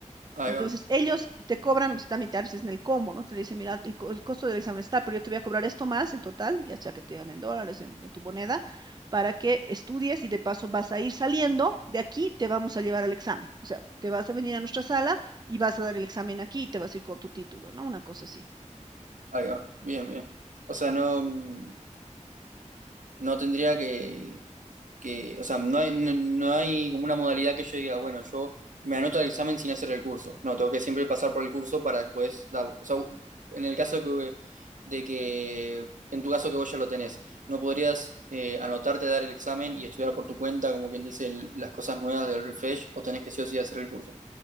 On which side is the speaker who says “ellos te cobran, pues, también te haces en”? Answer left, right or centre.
Right